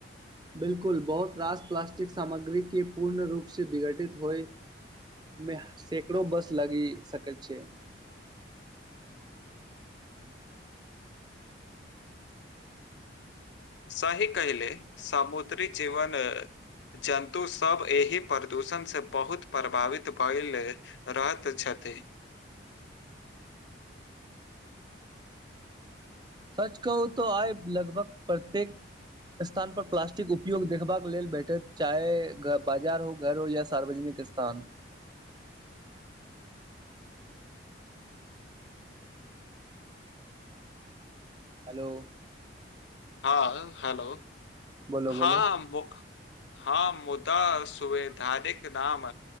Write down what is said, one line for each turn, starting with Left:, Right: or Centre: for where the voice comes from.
Right: ह <unintelligible> बिल्कुल बहुत रास प्लाास्टिक सामग्री के पूर्ण रूप से विघटित होइ मे सैकड़ो बर्ष लगी सकैत छै
Left: साही कहहिले समुद्री जीवन जन्तु सभ एहि प्रदूषण से बहुत प्रभावित भैले रहैत छथि <unintelligible>
Right: <unintelligible> सच कहू तो आइ लगभग प्रत्येक स्थान पर प्लास्टिक उपयोग देखबाक लेल बैठे चाहे बाजार हो घर हो या सार्वजनिक पाकिस्तान हेलो
Left: हँ हेलो
Right: बोलो
Left: हँ
Right: बोलो
Left: हँ मुदा सुवैधानिक नाम